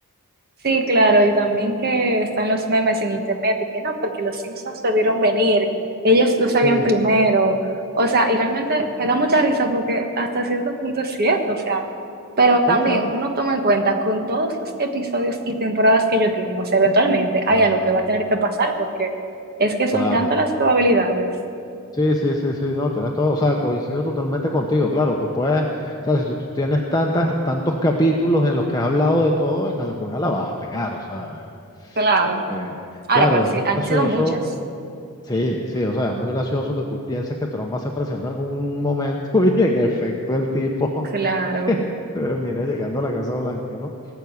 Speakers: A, on the right (about 45°); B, on the left (about 15°).
A: Sí, claro, y también que están los memes en internet y que no, porque los Simpsons lo vieron venir, ellos lo sabían
B: Sí.
A: primero, o sea, y realmente me da mucha risa porque hasta cierto punto es cierto, o sea, pero
B: Sí,
A: también
B: claro,
A: uno toma en cuenta con todos los episodios y temporadas que ellos tienen, o sea, eventualmente hay
B: claro,
A: algo que va a tener que pasar porque es que son
B: claro.
A: tantas las probabilidades.
B: Sí, sí, sí, sí, no, tienes todo, o sea, coincido totalmente contigo, claro, tú puedes, o sea, si tú, tú tienes tantas, tantos capítulos en los que has hablado de todo, en alguna la vas a pegar, o sea,
A: Claro,
B: eh,
A: ahora,
B: claro,
A: pero sí,
B: es muy
A: han
B: gracioso,
A: sido muchas.
B: sí, sí, o sea, es muy gracioso que tú pienses que Trump va a ser presidente en algún momento <laughs> y en efecto el tipo <laughs>
A: Claro,
B: termina llegando a la Casa Blanca, ¿no?